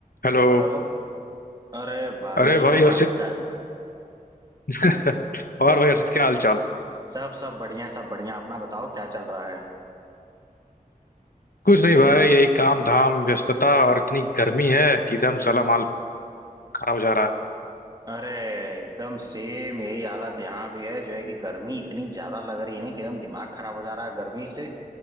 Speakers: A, on the left; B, on the right.
A: Hello
B: Hello अरे भाई
A: अरे
B: एक
A: भाई
B: साथ
A: और हर्षित
B: साथ
A: <laughs> और भाई हर्षित क्या हाल चाल
B: सब सब बढ़िया सब बढ़िया अपना बताओ क्या चल रहा है
A: कुछ नहीं भाई यही काम धाम व्यस्तता और इतनी गर्मी है कि एकदम साला माल खराब हो जा रहा
B: अरे एकदम सेम यही हालत यहाँ भी है जो है कि गर्मी इतनी ज्यादा लग रही है ना कि एकदम दिमाग खराब हो जा रहा है गर्मी से